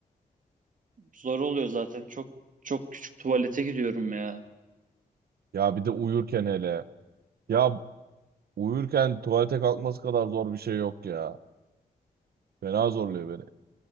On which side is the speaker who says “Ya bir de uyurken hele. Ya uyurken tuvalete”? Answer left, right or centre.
Right